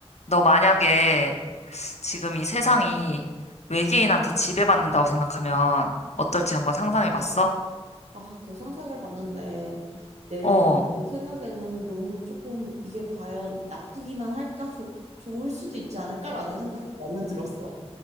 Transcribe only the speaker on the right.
아, 그거 상상해 봤는데, 내
생각에는 너무 조금 이게 과연 나쁘기만 할까? 좋 좋을 수도 있지 않을까라는 생각도 나는 들었어.